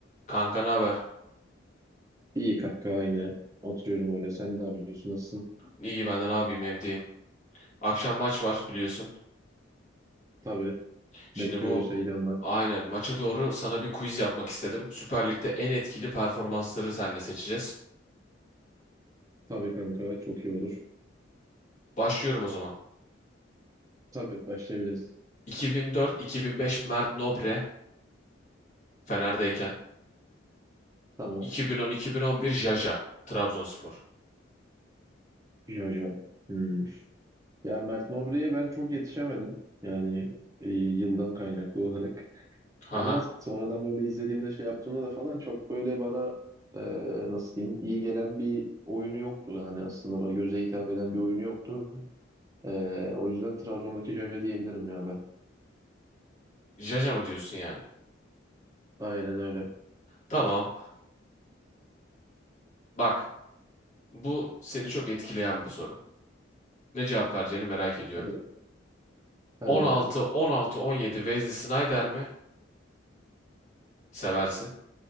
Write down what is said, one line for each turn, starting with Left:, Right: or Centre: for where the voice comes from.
Left: Kanka ne haber?
Right: İyi kanka aynı. Oturuyorum öyle. Sen ne yapıyorsun? Nasılsın?
Left: İyi ben de ne yapayım evdeyim. Akşam maç var biliyorsun.
Right: Tabii.
Left: Şimdi
Right: Bekliyoruz
Left: bu
Right: heyecanla.
Left: aynen maça doğru sana bir quiz yapmak istedim. Süper Lig'de en etkili performansları seninle seçeceğiz.
Right: Tabii kanka çok iyi olur.
Left: Başlıyorum o zaman.
Right: Tabii başlayabiliriz.
Left: 2004-2005 Mert Nobre Fener'deyken.
Right: Tamam.
Left: 2010-2011 Jaja Trabzonspor.
Right: Jojo. Hmm. Ya Mert Nobre'ye ben çok yetişemedim. Yani e, yıldan kaynaklı olarak.
Left: Haha.
Right: Ama sonradan böyle izlediğimde şey yaptığımda da falan çok böyle bana e, nasıl diyeyim iyi gelen bir oyunu yoktu. Yani aslında bana göze hitap eden bir oyunu yoktu. E, o yüzden Trabzon'daki Jaja diyebilirim ya ben.
Left: Jaja mı diyorsun yani?
Right: Aynen öyle.
Left: Tamam. Bak bu seni çok etkileyen bir soru. Ne cevap vereceğini merak ediyorum.
Right: Hadi, hadi
Left: 16,
Right: bakalım.
Left: 16, 17 Wesley Sneijder mi? Seversin.